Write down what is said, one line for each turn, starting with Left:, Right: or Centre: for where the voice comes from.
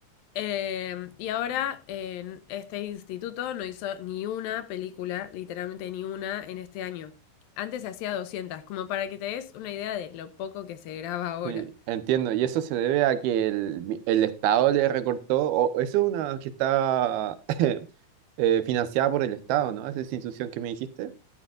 Left: eh, y ahora eh, este instituto no hizo ni una película, literalmente ni una, en este año. Antes hacía 200, como para que te des una idea de lo poco que se graba ahora.
Right: Sí, entiendo. Y eso se debe a que el, el Estado le recortó, o eso es una que está <laughs> eh, financiada por el Estado, ¿no? Esa institución que me dijiste.